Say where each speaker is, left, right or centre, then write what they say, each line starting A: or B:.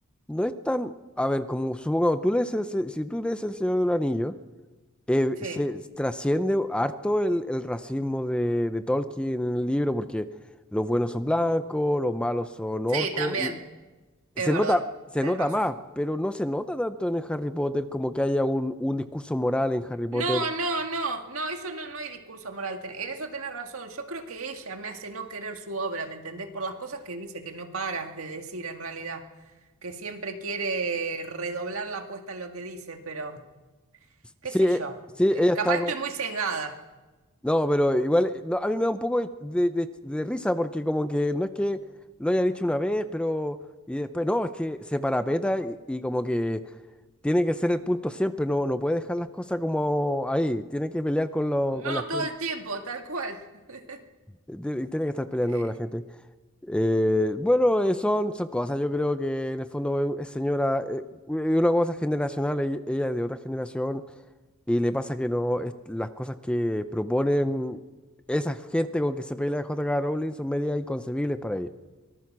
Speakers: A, in the centre; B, on the right.
A: no es tan, a ver, como supongamos, tú lees el se- si tú lees El Señor del Anillo, eh,
B: Sí,
A: se trasciende harto el, el racismo de, de Tolkien en el libro, porque los buenos son blancos, los malos son
B: sí,
A: orcos,
B: también,
A: y
B: es
A: se
B: verdad,
A: nota, se
B: tenés
A: nota
B: razón.
A: más, pero no se nota tanto en el Harry Potter como que haya un, un discurso moral en Harry Potter.
B: No, no, no, no, eso no, no hay discurso moral. ten- En eso tenés razón. Yo creo que ella me hace no querer su obra, ¿me entendés? Por las cosas que dice, que no paras de decir en realidad, que siempre quiere redoblar la apuesta en lo que dice, pero qué
A: Sí,
B: sé
A: eh,
B: yo.
A: sí,
B: Eh,
A: ella
B: capaz
A: está,
B: estoy
A: co-
B: muy sesgada.
A: No, pero igual, eh, no, a mí me da un poco de, de- de- de risa porque como que no es que lo haya dicho una vez, pero... Y después, no, es que se parapeta y, y como que tiene que ser el punto siempre, no, no puede dejar las cosas como ahí, tiene que pelear con, lo,
B: No,
A: con la
B: todo
A: gente,
B: el tiempo, tal cual. <laughs>
A: eh, tiene tiene que estar peleando
B: Eh,
A: con la gente. Eh, bueno, eh, son, son cosas, yo creo que en el fondo es es señora, eh, es una cosa generacional, ella, ella es de otra generación, Y le pasa que no, es- las cosas que proponen esa gente con que se pelea J K Rowling son medias inconcebibles para ella.